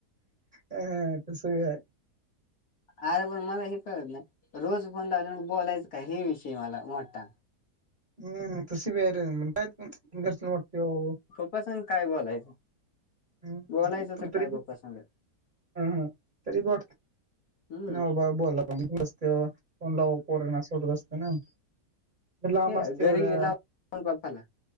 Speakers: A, on the right; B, on the left.
A: ह तसं बी हाय
B: अरे पण मला हे कळत नाही, रोज फोन लावला बोलायचं का हे विषय मला मोठा.
A: <inaudible>
B: कसबी काही बोलायचं.
A: हम्म
B: बोलायचं तर
A: तरी
B: काय पप्पा
A: ब
B: संग
A: हम्म हा तरी ब. <inaudible>
B: हम्म
A: नाही बाबा बोला पुढस्क कोनला पोरणा सोडत. असते ना <inaudible> लांब
B: घरी
A: असते एवढं
B: गेला फोन पप्पाला,